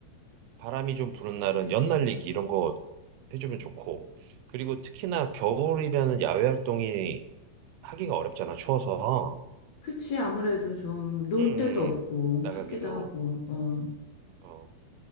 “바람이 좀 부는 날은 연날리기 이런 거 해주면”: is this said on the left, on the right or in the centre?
Right